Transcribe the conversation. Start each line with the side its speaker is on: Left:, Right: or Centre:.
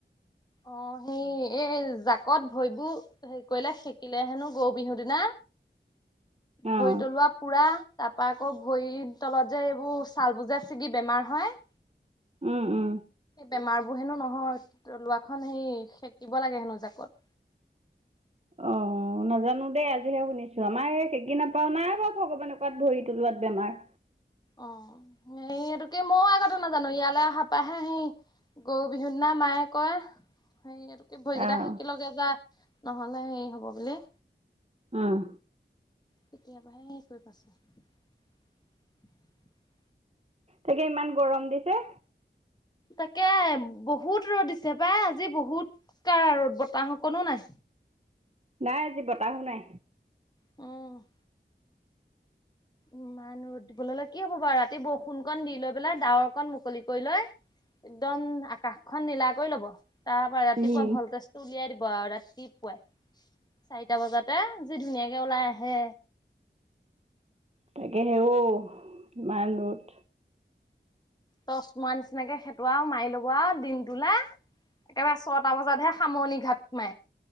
Left: অ সেই এ এ জাকত ভৰিবোৰ হেৰি কৰিলে শেকিলে হেনো গৰু বিহু দিনা
Right: অ',
Left: ভৰি তলোৱা পুৰা তাপা আকৌ ভৰিৰ তলত যে এইবোৰ চালবোৰ যে ছিগি বেমাৰ হয়
Right: উম উম
Left: বেমাৰবোৰ হেনো নহয় তলোৱাখন সেই সেকিব লাগে হেনো জাকত।
Right: অ নাজানো দেই আজিহে শুনিছো আমাৰ এই হেকি নাপাও নাই বাৰু ভগৱানে কৰাত ভৰি তোলোৱাত বেমাৰ।
Left: অ হেৰি এইটো কি মইও আগতে নাজানো ইয়ালে অহা পাহে সি গৰু বিহু দিনা মায়ে কয় হে ভৰিকেইটা
Right: অ',
Left: শেকি লগে যা নহলে হেৰি হব বুলি।
Right: উম
Left: কেতিয়াবা হে হেৰি কৰি পাইছো। <inaudible>
Right: তাকে ইমান গৰম দিছে।
Left: তাকে বহুত ৰ'দ দিছে পাই আজি বহুত কাৰা ৰ'দ বতাহ অকনো নাই।
Right: নাই আজি বতাহো নাই।
Left: উম ইমান ৰ'দ দিবলৈ হলে কি হ'ব বাৰু ৰাতি বৰষুণ কণ দি লৈ পেলাই ডাৱৰ কণ মুকলি কৰি লয়। একদম আকাশখন নীলা কৰি লব তাৰ পৰা ৰাতিপুৱা
Right: উম।
Left: ভল্টেজটো উলিয়াই দিব আৰু ৰাতি পুৱাই চাৰিটা বজাতে যি ধুনীয়াকে ওলাই আহে।
Right: তাকে হেও ইমান ৰদ।
Left: তচ মাৰ নিচিনাকে খেতোৱা আৰু মাৰি লব আৰু দিনটোলে। একেবাৰে ছটা বজাতহে সামৰণি ঘাট মাৰে।